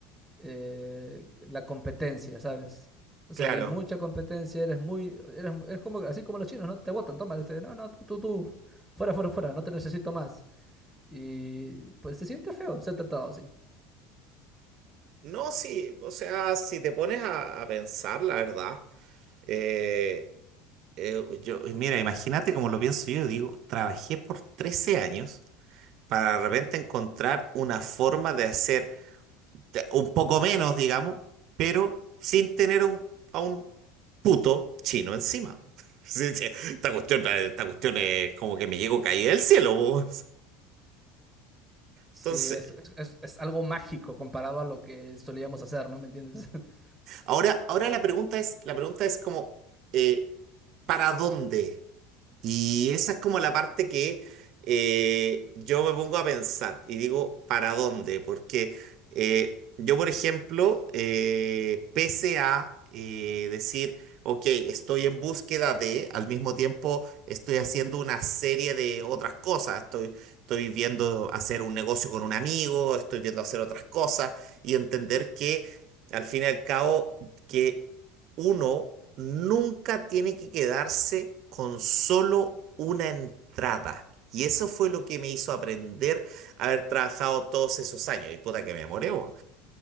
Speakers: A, in the centre; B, on the right.
A: eh, la competencia, ¿sabes? O
B: Claro.
A: sea, hay mucha competencia, eres muy, eres, eres como, así como los chinos, ¿no? Te botan, toma, dice, no, no, tú, tú, tú, fuera, fuera, fuera, no te necesito más. Y pues se siente feo ser tratado así.
B: No, sí, o sea, si te pones a, a pensar, la verdad, eh, eh, yo, mira, imagínate como lo pienso yo, digo, trabajé por 13 años para de repente encontrar una forma de hacer te- un poco menos, digamos, pero sin tener a un- a un puto chino encima. <laughs> Sí, sí, Esta cuestión, esta cuestión es como que me llego caída del cielo. po.
A: Sí,
B: Entonces,
A: es, es, es- es algo mágico comparado a lo que solíamos hacer, ¿no? ¿Me entiendes? <laughs>
B: ahora, ahora la pregunta es, la pregunta es como, eh, ¿para dónde? Y esa es como la parte que eh, yo me pongo a pensar y digo, ¿para dónde? Porque eh, yo, por ejemplo, eh, pese a eh, decir, ok, estoy en búsqueda de, al mismo tiempo estoy haciendo una serie de otras cosas, estoy, estoy viendo hacer un negocio con un amigo, estoy viendo hacer otras cosas y entender que, al fin y al cabo, que uno nunca tiene que quedarse con solo una entrada. Y eso fue lo que me hizo aprender a haber trabajado todos esos años. Y puta que me demoré, bo.